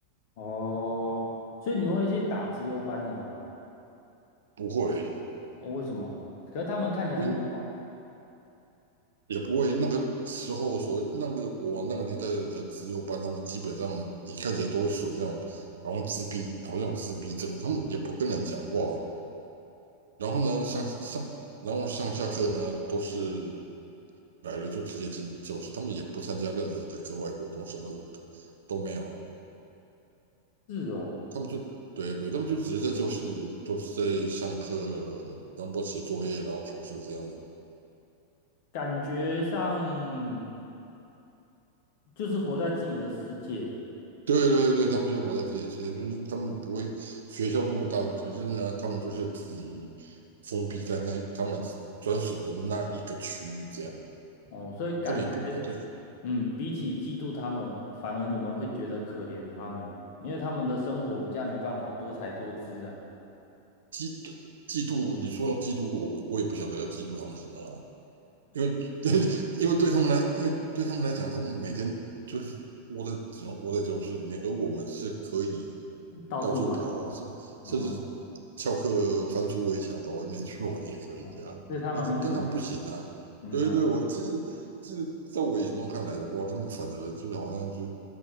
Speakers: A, on the left (about 45°); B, on the right (about 65°).
A: 哦，所以你们会去打资优班的吗？
B: 不会，
A: 哦，为什么？可是他们看起来很拽，
B: 因为也不会那个时候所谓那个我那个年代的资优班，他们基本上你看起来都是属于那种好像自闭，好像有自闭症，他们也不跟人讲话。然后呢，上上然后上下课呢都是来了就直接进教室，他们也不参加任何的课外活动，什么都都没有，
A: 是哦，
B: 他们就。对对，他们就只是在教室，都是在上课，然后写作业，然后考试这样子。
A: 感觉上就是活在自己的世界了。
B: 对对对，他们就是活在自己的世界，就是他们不会学校那么大，可是呢，他们就是自己封闭在那他们专属的那一个区域，这样
A: 哦，所以感觉，
B: 他们也不不对，
A: 嗯，比起嫉妒他们，反而你们会觉得可怜他们呢、因为他们的生活比较没办法多才多姿啊，
B: 嫉嫉妒，你说要嫉妒，我我也不晓得要嫉妒他们什么了，因为 <laughs> 对，因为对他们来，因为对他们来讲，他们每天就是窝在只能窝在教室里面，而我们是可以。
A: 到处玩。
B: 到处跑啊，甚甚至翘课翻出围墙到外面去玩也可以啊。
A: 哦，哦，所以他们很可怜。
B: 而这但他们不行啊。
A: 嗯啊，
B: 对对对，我其实是在我眼中看来的话，他们反而就好像就